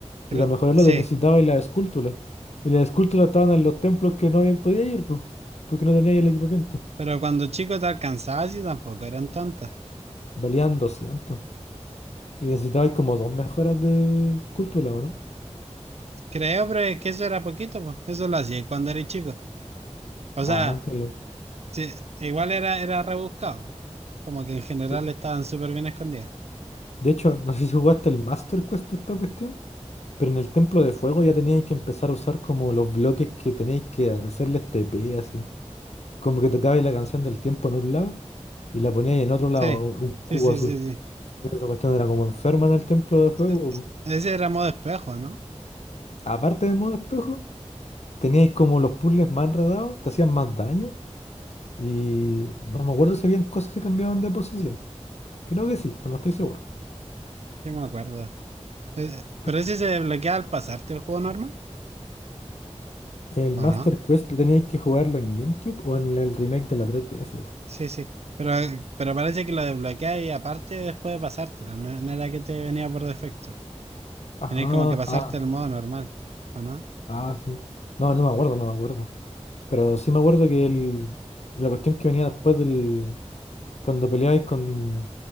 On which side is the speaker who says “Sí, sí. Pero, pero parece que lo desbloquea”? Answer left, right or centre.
Right